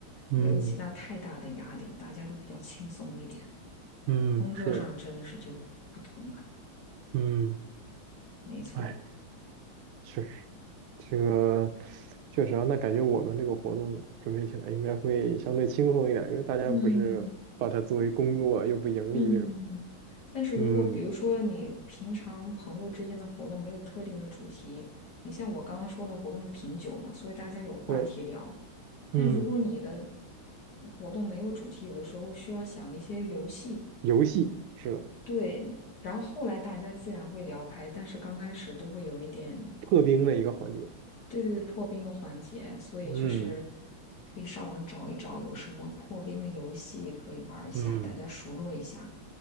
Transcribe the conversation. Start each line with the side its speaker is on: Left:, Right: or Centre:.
Right: 嗯
Left: 没有其他太大的压力，大家都比较轻松一点。
Right: 嗯，
Left: 工作上真的是就不同了，
Right: 是的，嗯，
Left: 没错。
Right: 哎，确实，这个确实啊，那感觉我们这个活动准备起来应该会相对轻松一点，因为大家不是把它作为工作又不盈利那种。
Left: 嗯嗯，但是如果比如说你平常朋友之间的活动没有特定的主题，
Right: 嗯，
Left: 你像我刚刚说的活动是品酒嘛，所以大家有话题聊。
Right: 对，
Left: 但如果你的
Right: 嗯，
Left: 活动没有主题，有的时候需要想一些游戏，
Right: 游戏是的，
Left: 对，然后后来大家自然会聊开，但是刚开始都会有一点，
Right: 破冰的一个环节。
Left: 对对对，破冰的环节，所以就是
Right: 嗯
Left: 可以上网找一找有什么破冰的游戏可以玩一下，
Right: 嗯，
Left: 大家熟络一下。